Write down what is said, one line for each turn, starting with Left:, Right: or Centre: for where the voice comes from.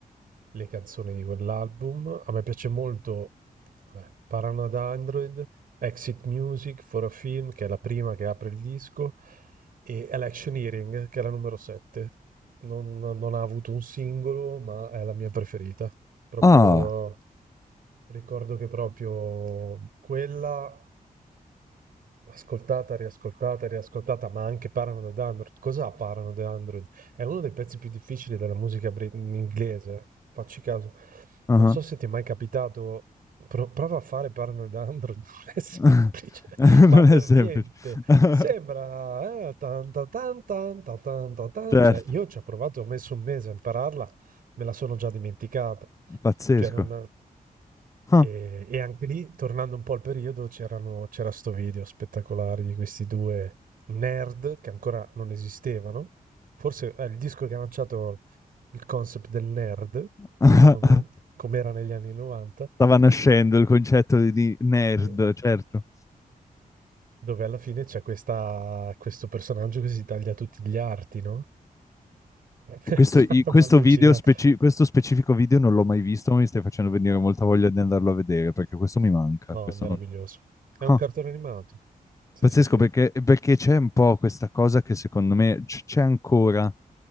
Right: le canzoni di quell'album. A me piace molto vabbè, Paranoid Android, Exit Music for a Film, che è la prima che apre il disco, e Election Hearing, che è la numero 7. Non, non ha avuto un singolo, ma è la mia preferita. Proprio.
Left: Ah,
Right: Ricordo che proprio quella ascoltata, riascoltata, riascoltata, ma anche Paranoid Android. Cos'ha Paranoid Android? È uno dei pezzi più difficili della musica bri- inglese. Facci caso.
Left: ah,
Right: Non
Left: ah.
Right: so se ti è mai capitato, pro- prova a fare Paranoid Android, <laughs> non è semplice,
Left: <laughs> Non
Right: ma per
Left: è semplice.
Right: niente.
Left: <laughs>
Right: Sembra eh, tan ta tan tan ta tan ta tan.
Left: Certo,
Right: Cioè, io ci ho provato, ho messo un mese a impararla, me la sono già dimenticata.
Left: pazzesco.
Right: Cioè, non...
Left: <laughs> Ah.
Right: E, e anche lì, tornando un po' al periodo, c'erano, c'era sto video spettacolare di questi due nerd che ancora non esistevano. Forse è il disco che ha lanciato il concept del nerd,
Left: ah,
Right: secondo me,
Left: ah.
Right: come era negli anni 90,
Left: stava nascendo il concetto di, di nerd,
Right: Sì.
Left: certo.
Right: dove alla fine c'è questa- questo personaggio che si taglia tutti gli arti, no? <laughs> È
Left: Questo, i-
Right: una roba
Left: questo
Right: allucinata.
Left: video speci- questo specifico video non l'ho mai visto, ma mi stai facendo venire molta voglia di andarlo a vedere, perché questo mi manca.
Right: No,
Left: Questo
Right: è meraviglioso.
Left: non...
Right: È un
Left: Ah,
Right: cartone animato. Sì,
Left: pazzesco,
Right: sì, sì,
Left: perché, perché c'è un po' questa cosa che secondo me c- c'è ancora.